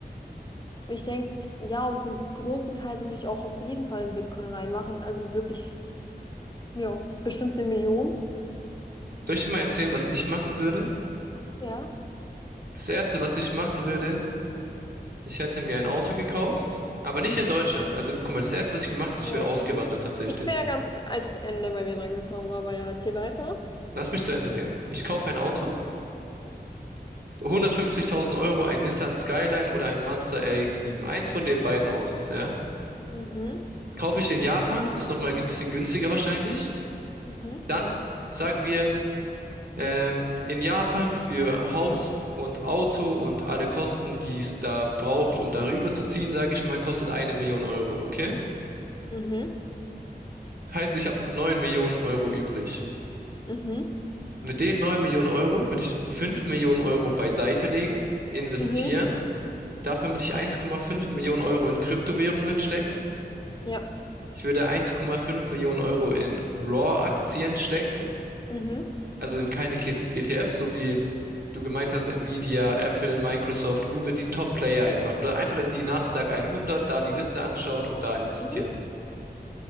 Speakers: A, on the left; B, on the right.
A: ich denke, ja, und einen großen Teil würde ich auch auf jeden Fall in Bitcoin reinmachen. Also wirklich, ja, bestimmt eine Million.
B: Soll ich dir mal erzählen, was ich machen würde?
A: Ja.
B: Das Erste, was ich machen würde, ich hätte mir ein Auto gekauft, aber nicht in Deutschland. Also, guck mal, das Erste, was ich gemacht hätte,
A: Ja.
B: ich wäre ausgewandert tatsächlich.
A: Das wäre ganz als Ende bei mir dran gekommen, aber ja, erzähl weiter.
B: Lass mich zu Ende reden. Ich kaufe ein Auto, 150.000 Euro, ein Nissan Skyline oder ein Mazda RX-7. Eins von den beiden Autos, ja.
A: Mhm,
B: Kaufe ich in Japan, ist nochmal ein bisschen günstiger wahrscheinlich.
A: mhm,
B: Dann sagen wir, ähm, in Japan für Haus und Auto und alle Kosten, die es da braucht, um darüber zu ziehen, sage ich mal, kostet eine Million Euro, okay?
A: mhm,
B: Heißt, ich habe noch 9 Millionen Euro übrig.
A: mhm,
B: Mit den 9 Millionen Euro würde ich 5 Millionen Euro beiseite legen, investieren.
A: mhm,
B: Davon würde ich 1,5 Millionen Euro in Kryptowährungen stecken.
A: ja,
B: Ich würde 1,5 Millionen Euro in Raw-Aktien stecken,
A: mhm,
B: also in keine Ket- ETFs, so wie du gemeint hast, Nvidia, Apple, Microsoft, Google, die Top-Player einfach. Oder einfach in die Nasdaq 100, da die Liste anschauen und da investieren.
A: mhm,